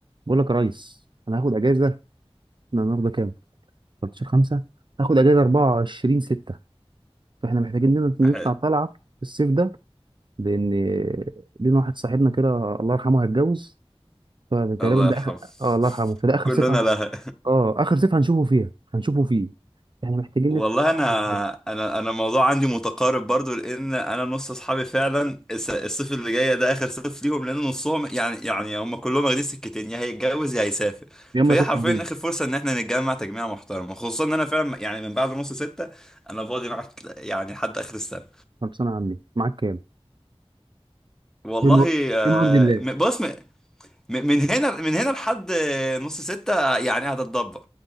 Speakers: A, on the right; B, in the centre.
A: بقول لك يا ريس انا هاخد اجازه احنا النهارده كام 13 5 هاخد اجازه 24 6 فاحنا محتاجين لنا نطلع
B: حلو
A: طلعه في الصيف ده لان لينا واحد صاحبنا كده الله يرحمه هيتجوز فتقريبا
B: الله
A: ده
B: يرحمه
A: اخر اه الله يرحمه
B: <laughs>
A: فده اخر
B: كلنا
A: صيف هن...
B: لها
A: اه اخر صيف هنشوفه فيها هنشوفه فيه احنا محتاجين
B: والله
A: نطلع طلعه
B: انا
A: بدري
B: انا انا الموضوع عندي متقارب برضو لان انا نص اصحابي فعلا الس- الصيف اللي جاي ده اخر صيف ليهم لان نصهم يعني يعني هم كلهم واخدين سكتين يا هيتجوز يا هيسافر
A: يوم
B: فهي
A: ما يخش
B: حرفيا
A: الجيش
B: اخر فرصه ان احنا نتجمع تجميعه محترمه خصوصا ان انا فعلا يعني من بعد نص ستة انا فاضي معاك يعني لحد اخر السنه
A: خلصانه يا عمي معاك كام
B: والله
A: بم-
B: آه،
A: بمرضي الله
B: م- بص م- من هنا من هنا لحد نص ستة يعني هتتدبر